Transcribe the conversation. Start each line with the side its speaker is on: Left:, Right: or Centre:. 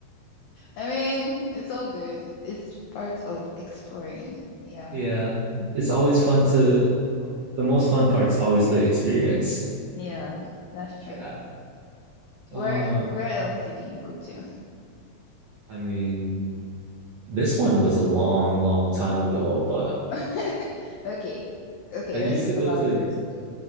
Left: I mean, it's all good. It's part of exploring. Yeah,
Right: Yeah. It's always fun to the most fun part's always the experience.
Left: yeah, that's true.
Right: Yeah. Uh,
Left: Where where else did you go to?
Right: I mean, This one was a long, long time ago, but
Left: <laughs> Okay, okay,
Right: I used
Left: let's talk
Right: to go
Left: about
Right: to
Left: the recent